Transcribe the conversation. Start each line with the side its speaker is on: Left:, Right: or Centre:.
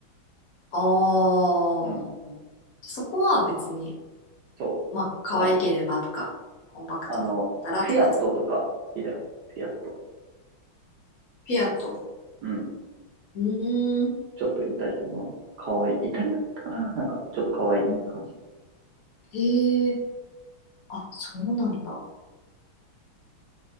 Left: ああ
Right: うん。
Left: ー。そこは別に、
Right: そう。
Left: まあ、可愛ければとか、
Right: 問わない。
Left: コンパクトだったらって感じ。
Right: あの、フィアットとか好きだよ。
Left: フ
Right: フィアット。
Left: ィアット。
Right: うん。
Left: うーん。
Right: ちょっとイタリアの可愛い。イタリアだったかななんか、ちょっと可愛い感じ。
Left: うんへえ。あ、そうなんだ。